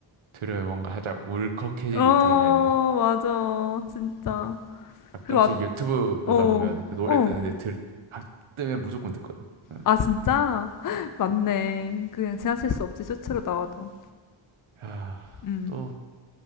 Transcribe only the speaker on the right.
들으면 뭔가 살짝 울컥해진
느낌이라 해야 되나?
가- 가끔씩
유튜브 보다
보면 그 노래
뜨는데 들, 아, 뜨면 무조건 듣거든. 응.
아,
또,